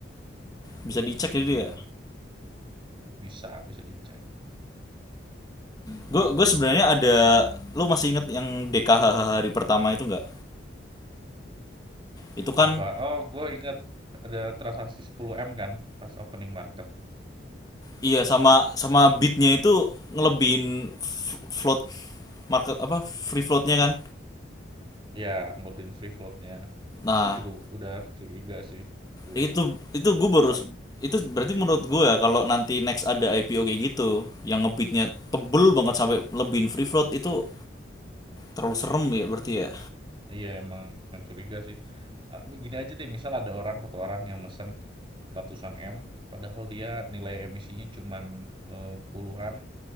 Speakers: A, on the left (about 20°); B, on the right (about 25°).
A: bisa dicek jadi
B: Mm-mm.
A: ya?
B: Bisa bisa dicek.
A: Gue gue sebenarnya ada lu masih inget yang DKHH hari pertama itu nggak? Itu kan
B: Apa? Oh, gue inget ada transaksi 10M kan pas opening market.
A: iya sama sama beatnya itu ngelebihin f- float market apa free floatnya kan.
B: Ya, ngobrolin free floatnya.
A: Nah
B: Itu juga udah curiga sih gue.
A: itu itu gue baru
B: Pas.
A: itu berarti menurut gue ya, kalau nanti next ada IPO kayak gitu yang ngebeatnya tebel banget sampai lebihin free float itu terlalu serem ya berarti ya.
B: Iya emang curiga sih. Ah, Gini aja deh, misal ada orang satu orang yang mesen ratusan M, padahal dia nilai emisinya cuman eh, puluhan.